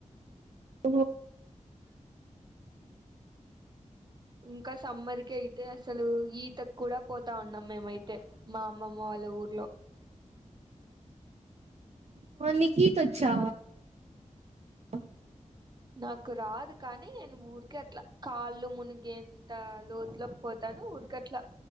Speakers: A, on the right; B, on the right.
A: ఓ
B: ఇంకా సమ్మర్ కి అయితే అసలు ఈతకు కూడా పోతా ఉన్నాం మేమైతే తే మా అమ్మమ్మ వాళ్ళ ఊర్లో
A: ఓ నీకి ఈత వచ్చా ఆ
B: నాకు రాదు కానీ నేను ఊరికే అట్లా కాళ్ళు ముని గెంత లోతులోకి పోతాను ఊరిక అట్లా